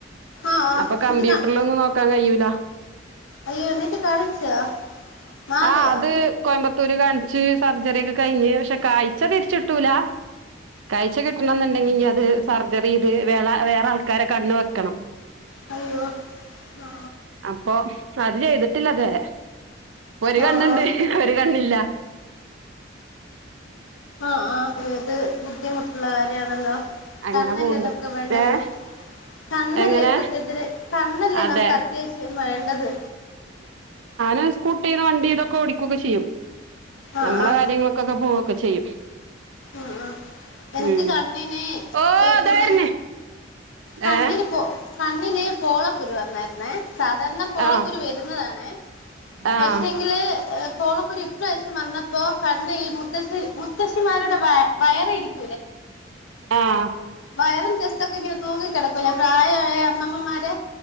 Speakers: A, on the left; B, on the right.
A: ആ ആ
B: അപ്പൊ
A: എന്നിട്ട്
B: കമ്പ്യൂട്ടറിലൊന്നും
A: കാ-
B: നോക്കാൻ കഴിയൂല
A: അയ്യോ എന്നിട്ട് കാണിച്ചോ മാറിയോ
B: ആഹ് അത് കോയമ്പത്ത് ത്ത് ഒരു കാണിച്ച് സർജറി എക്കെ കഴിഞ്ഞ് പക്ഷെ കാഴ്ച്ച തിരിച്ചിട്ടൂല കാഴ്ച്ച കിട്ടണം എന്ന്ണ്ടെങ്കി ഇനി അത് സർജറി ഇത് വേള വേറ ആൾക്കാരെ കണ്ണ് വെക്കണം
A: ഹലോ ആ
B: പ്പൊ അത് ചെയ്തിട്ടില്ലതുവരെ ഒരു
A: ആ
B: കണ്ണുണ്ട്
A: ആ
B: ഒരു കണ്ണില്ല
A: ആ ആ ഏത് ബുദ്ധിമുട്ടുള്ള കാര്യാണല്ലോ
B: അങ്ങനെ
A: കണ്ണല്ലേ
B: പോവ്ണ്ട്
A: നമ്ക്ക് വേണ്ടത്
B: ഏഹ്
A: കണ്ണല്ലേ
B: എങ്ങനെ
A: സത്യത്തില് കണ്ണല്ലേ
B: അതെ
A: നമുക്ക് അത്യാവശ്യം വേണ്ടത്
B: ഞാൻ സ്കൂട്ടി ഇത് വണ്ടി ഇത് ഒക്കെ ഓടിക്കുക ചെയ്യും
A: ആ
B: നമ്മള
A: ആ
B: കാര്യങ്ങളൊക്കൊക്കെ പോ ഒക്കെ ചെയ്യും
A: ആഹ് ആഹ് എനിക്ക്
B: ഉം
A: കണ്ണിന്
B: ഓ
A: ഏഹ് പിന്നെ
B: ദാ വര്ണ്
A: കണ്ണിന്
B: ഏഹ്
A: പോ കണ്ണിന് പോളക്കുരു വന്നായിരുന്നേ സാധാരണ പോളക്കുരു
B: ആഹ്
A: വരുന്നതാണ്
B: ആഹ്
A: പക്ഷെ എങ്കില് പോളക്കുരു ഇപ്രാവശ്യം വന്നപ്പോ കണ്ണ് ഈ മുത്തശ്ശി മുത്തശ്ശിമാരുടെ വ വയറിരിക്ക
B: ആഹ്
A: വയറും ജസ്റ്റ്ക്കെ ഇങ്ങനെ തൂങ്ങി കിടക്കൂലേ പ്രായ അമ്മമ്മമാരെ